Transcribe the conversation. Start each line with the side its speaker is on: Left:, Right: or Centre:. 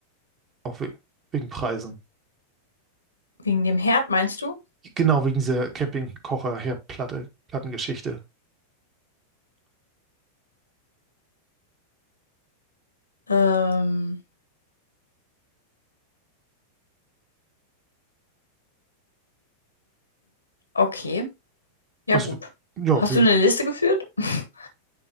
Right: auch we wegen Preisen.
Left: Wegen dem Herd, meinst du?
Right: Genau, wegen dieser Campingkocher-Herdplatte, Plattengeschichte.
Left: Ähm, okay, Ja,
Right: Also,
Left: gut.
Right: ja,
Left: Hast
Right: wir,
Left: du eine Liste geführt? <laughs>